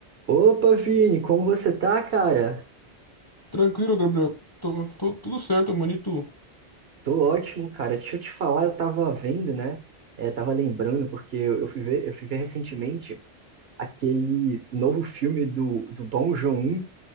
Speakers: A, on the right (about 65°); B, on the left (about 25°).
A: Opa, Vini, como você tá, cara?
B: Tranquilo, Gabriel. Tô, tô tudo certo, mano. E tu?
A: Tô ótimo, cara. Deixa eu te falar, eu tava vendo, né? É, tava lembrando, porque eu eu fui ver, eu fui ver recentemente aquele novo filme do, do Bong Joon,